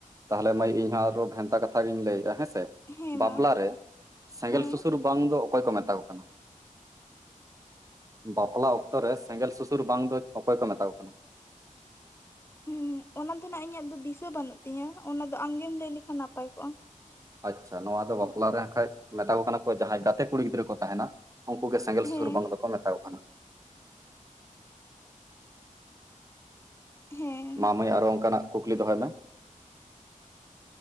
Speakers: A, on the right; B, on the left.
A: ᱛᱟᱦᱚᱞᱮ ᱢᱟᱹᱭ ᱤᱧ ᱦᱚᱸ ᱟᱨᱚ ᱵᱷᱮᱱᱛᱟ ᱠᱟᱛᱷᱟ ᱜᱤᱧ ᱞᱟᱹᱭᱮᱫᱼᱟ ᱦᱮᱸ ᱥᱮ᱾
B: ᱦᱮᱸ
A: ᱵᱟᱯᱞᱟᱨᱮ
B: ᱢᱟ
A: ᱥᱮᱸᱜᱮᱸᱞ
B: ᱦᱮᱸ
A: ᱥᱩᱥᱩᱨ ᱵᱟᱝ ᱫᱚ ᱚᱠᱚᱭ ᱠᱚ ᱢᱮᱛᱟ ᱠᱚ ᱠᱟᱱᱟ? ᱵᱟᱯᱞᱟ ᱚᱠᱛᱚ ᱨᱮ ᱥᱮᱸᱜᱮᱸᱞ ᱥᱩᱥᱩᱨ ᱵᱟᱝ ᱫᱚ ᱚᱠᱚᱭ ᱠᱚ ᱢᱮᱛᱟ ᱠᱚ ᱠᱟᱱᱟ?
B: ᱦᱮᱸ ᱚᱱᱟ ᱫᱚ ᱱᱟᱜ ᱤᱧᱟᱹᱜ ᱫᱚ ᱫᱤᱥᱟᱹ ᱵᱟᱹᱱᱩᱜ ᱛᱤᱧᱟᱹ᱾ ᱚᱱᱟ ᱫᱚ ᱟᱢᱜᱮᱢ ᱞᱟᱹᱭ ᱞᱮᱠᱷᱟᱱ ᱱᱟᱯᱟᱭ ᱠᱚᱜᱼᱟ᱾
A: ᱟᱪᱪᱷᱟ ᱱᱚᱣᱟ ᱫᱚ ᱵᱟᱯᱞᱟ ᱨᱮ ᱦᱟᱸᱜ ᱠᱷᱟᱡ ᱢᱮᱛᱟ ᱠᱚ ᱠᱟᱱᱟ ᱠᱚ ᱡᱟᱦᱟᱸᱭ ᱜᱟᱛᱮ ᱠᱩᱲᱤ ᱜᱤᱫᱽᱨᱟᱹ ᱠᱚ ᱛᱟᱦᱮᱱᱟ᱾ ᱩᱱᱠᱩ ᱜᱮ ᱥᱮᱸᱜᱮᱸᱞ
B: ᱦᱮᱸ
A: ᱥᱩᱥᱩᱨ ᱵᱟᱝ ᱫᱚᱠᱚ ᱢᱮᱛᱟ ᱠᱚ ᱠᱟᱱᱟ᱾
B: ᱦᱮᱸ᱾
A: ᱢᱟ ᱢᱟᱹᱭ ᱟᱨᱚ ᱚᱱᱠᱟᱱᱟᱜ ᱠᱩᱠᱞᱤ ᱫᱚᱦᱚᱭ ᱢᱮ᱾